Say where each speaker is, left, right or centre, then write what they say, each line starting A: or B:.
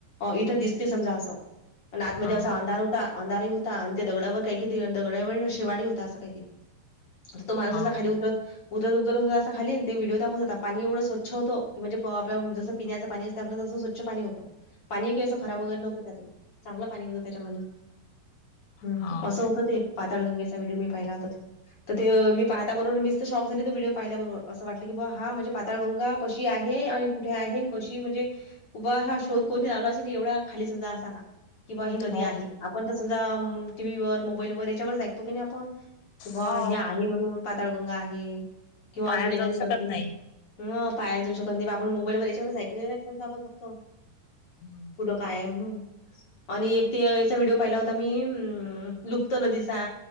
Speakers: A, on the left (about 35°); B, on the left (about 90°).
A: इथं दिसते समजा असं. आन आतमध्ये
B: हो
A: असा अंधार
B: काय
A: होता. अंधारही आणि त्या दगडावर काही क दगडावर शेवाळ होता, असं काही, काही. तो माणुस
B: हो
A: असा खाली उतर उतरत, उतरत होता, अस खाली ते व्हिडिओ दाखवत. पाणी एवढं स्वच्छ होतं की, म्हणजे आपल जसं पिण्याच पाणी असते. आपलं तसं स्वच्छ पाणी होतं. पाणी कि आस खराब वगैरे नव्हं, त्यात चांगलं पाणी होतं. त्याच्यामध्ये. हम,
B: हो
A: असं
B: काय
A: होतं ते पाताळगंगेच. तो व्हिडिओ मी पाहिला होता तो, मीच तर शॉक झाली. पाहिल्याबरोबर अस वाटल की, हां पातळगंगा कशी आहे. आणि कुठे आहे कशी म्हणजे उभा हा शोध कोणी लावला असे एवढ्या खाली समजा असा हा. कि बा ही नदी
B: हो
A: आहे. आपण तर समजा टीव्ही वर मोबाईल वर याच्यावरच ऐक तो क नाही आपण किं बा
B: हो
A: हे आहे. म्हणून पाताळगंगा आहे, किंवा
B: पाहायला
A: अजून एखादी
B: जाऊ शकत
A: नदी
B: नाही
A: ह पायाला जाऊ शकत नाही आपण, मोबाईल व याच्यावर ऐकलेलं ना तर आपण फक्त
B: हम्म,
A: कुठं काय म्हणून? आणि एक ते याचा व्हिडिओ पाहिला होता, मी लुप्त नदीचा.